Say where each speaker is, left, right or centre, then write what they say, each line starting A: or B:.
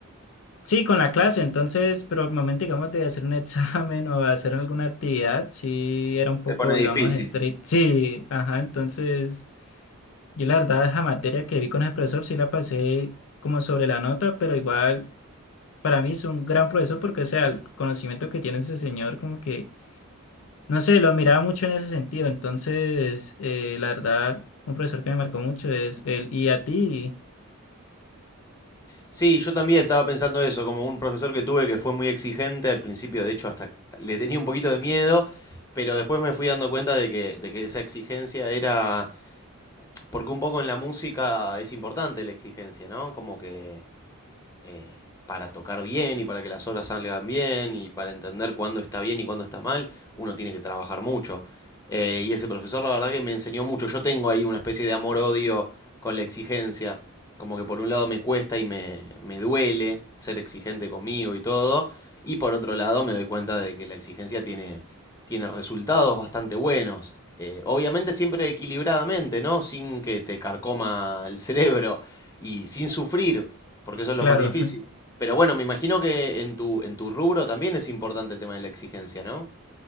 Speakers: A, on the left (about 65°); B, on the left (about 15°).
A: Sí, con la clase, entonces, pero al momento, digamos, de hacer un <laughs> examen o de hacer alguna actividad, sí era un
B: Se
A: poco,
B: pone
A: digamos,
B: difícil.
A: estricto. Sí, ajá, entonces, yo la verdad, esa materia que vi con el profesor, sí la pasé como sobre la nota, pero igual, para mí es un gran profesor porque, o sea, el conocimiento que tiene ese señor, como que, no sé, lo admiraba mucho en ese sentido, entonces, eh, la verdad, un profesor que me marcó mucho es él. Y a ti,
B: Sí, yo también estaba pensando eso, como un profesor que tuve que fue muy exigente al principio, de hecho hasta le tenía un poquito de miedo, pero después me fui dando cuenta de que, de que esa exigencia era, porque un poco en la música es importante la exigencia, ¿no? Como que eh, para tocar bien y para que las obras salgan bien y para entender cuándo está bien y cuándo está mal, uno tiene que trabajar mucho. Eh, y ese profesor la verdad que me enseñó mucho. Yo tengo ahí una especie de amor-odio con la exigencia. Como que por un lado me cuesta y me, me duele ser exigente conmigo y todo. Y por otro lado me doy cuenta de que la exigencia tiene, tiene resultados bastante buenos. Eh, obviamente siempre equilibradamente, ¿no? Sin que te carcoma el <laughs> cerebro y sin sufrir porque eso es
A: claro.
B: lo más difícil.
A: <laughs>
B: Pero bueno, me imagino que en tu, en tu rubro también es importante el tema de la exigencia, ¿no?